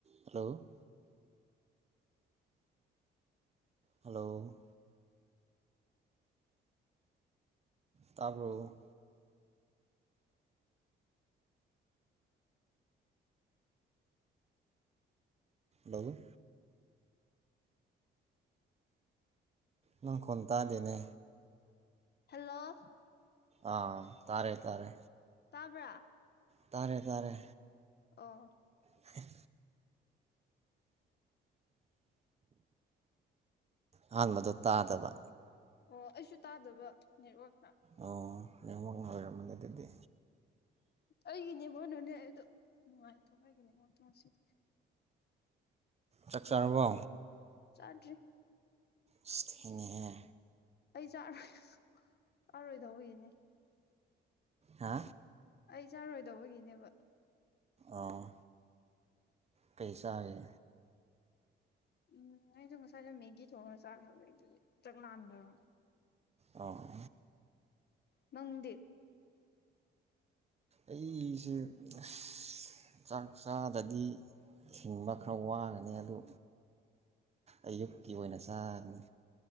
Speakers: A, on the right (about 30°); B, on the left (about 55°).
A: Hello hello ꯇꯥꯕꯣ hello ꯅꯪ ꯀꯣꯟ ꯇꯥꯗꯦꯅꯦ
B: ꯍꯦꯜꯂꯣ
A: ꯑꯥ ꯇꯥꯔꯦ ꯇꯥꯔꯦ
B: ꯇꯥꯕ꯭ꯔꯥ
A: ꯇꯥꯔꯦ ꯇꯥꯔꯦ
B: ꯑꯣ
A: ꯍꯥꯏ ꯑꯍꯥꯟꯕꯗ ꯇꯥꯗꯕ
B: ꯑꯣ ꯑꯩꯁꯨ ꯇꯥꯗꯕ ꯅꯦꯠꯋꯥꯛꯅ
A: ꯑꯣ ꯅꯦꯝꯃꯛꯅ ꯑꯣꯏꯣꯏꯔꯝꯃꯅꯤꯦ ꯑꯗꯨꯗꯤ
B: ꯑꯩꯒꯤꯅꯦꯕꯣꯅꯅꯦ ꯑꯩꯗꯣ ꯅꯨꯡꯉꯥꯏꯇꯕ ꯑꯩꯒꯤꯅꯦꯕꯣ ꯇꯣ ꯁꯤꯗ
A: ꯆꯥꯛ ꯆꯥꯔꯕꯣ
B: ꯆꯥꯗ꯭ꯔꯤꯛ
A: ꯏꯁ ꯊꯦꯡꯉꯤꯍꯦ
B: ꯑꯩ ꯆꯥꯔꯣꯏ ꯆꯥꯔꯣꯏꯗꯧꯕꯒꯤꯅꯦ
A: ꯍꯥ
B: ꯑꯩ ꯆꯥꯔꯣꯏꯗꯧꯕꯒꯤꯅꯦꯕ
A: ꯑꯣ ꯀꯩ ꯆꯥꯒꯦ
B: ꯎꯝ ꯑꯩꯗꯣ ꯉꯁꯥꯏꯗꯣ ꯃꯦꯒꯤ ꯊꯣꯛꯉꯔ ꯆꯥꯈ꯭ꯔꯕꯩ ꯑꯗꯨꯒꯤ ꯆꯥꯛ ꯂꯥꯝꯗꯕ
A: ꯑꯣ
B: ꯅꯪꯗꯤꯞ
A: ꯑꯩꯁꯦ ꯑꯁ ꯆꯥꯛ ꯆꯥꯗꯗꯤ ꯊꯤꯡꯕ ꯈꯔ ꯋꯥꯒꯅꯤ ꯑꯗꯨ ꯑꯌꯨꯛꯀꯤ ꯑꯣꯏꯅ ꯆꯥꯕꯅꯤ